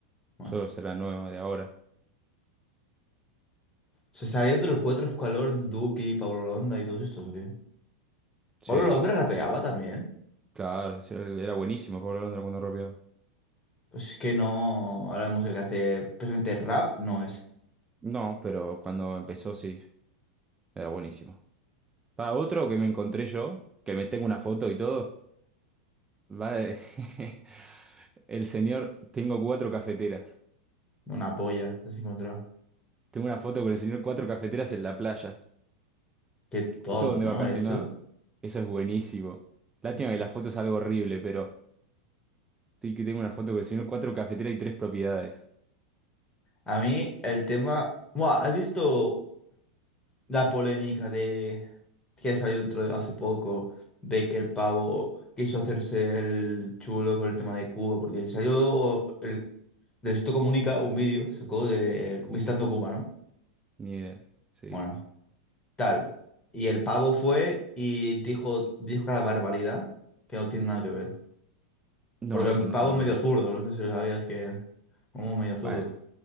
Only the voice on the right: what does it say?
Solo será nuevo de ahora.
Sí,
claro. sí, él Era buenísimo Pablo Londra cuando rapeaba.
No, pero cuando empezó sí, era buenísimo. Para otro que me encontré yo, que me tengo una foto y todo, va de- <laughs> el señor, tengo cuatro cafeteras.
Tengo una foto con el señor cuatro cafeteras en la playa,
justo donde
vacacionaba.
Eso es buenísimo. Lástima
que la foto es algo horrible, pero sí que tengo una foto con el señor cuatro cafeteras y tres propiedades.
De Cuba.
Ni idea. Sí.
No,
eso
no,
no
lo vi.
Bueno,